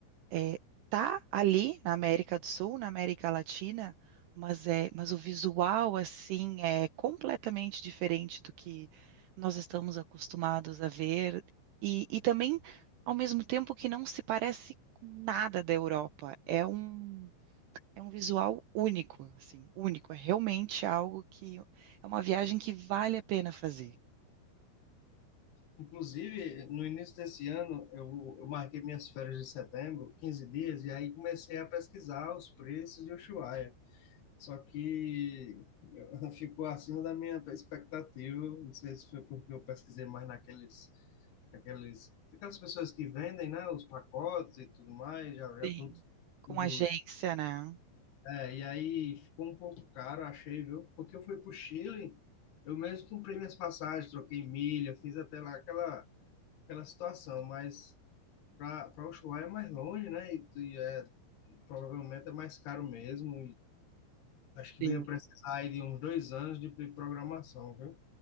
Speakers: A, on the right (about 80°); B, on the left (about 60°).
A: é, tá ali na América do Sul, na América Latina, mas é, mas o visual assim é completamente diferente do que nós estamos acostumados a ver e, e também ao mesmo tempo que não se parece com nada da Europa. É um É um visual único, assim, único. É realmente algo que é uma viagem que vale a pena fazer.
B: Inclusive, no início desse ano, eu, eu marquei minhas férias de setembro, 15 dias, e aí comecei a pesquisar os preços de Ushuaia. Só que eu- <laughs> ficou acima da minha expectativa. Não sei se foi porque eu pesquisei mais naqueles, aqueles, aquelas pessoas que vendem, né, os pacotes e tudo mais, já, já
A: Sim.
B: tudo,
A: Com
B: tudo.
A: agência, né?
B: É, e aí ficou um pouco caro, achei, viu? Porque eu fui para o Chile, eu mesmo comprei minhas passagens, troquei milha, fiz até lá aquela, aquela situação, mas para o Ushuaia é mais longe, né? E, e é, provavelmente é mais caro mesmo. Acho que
A: Sim.
B: eu ia precisar aí de uns dois anos de de programação, viu?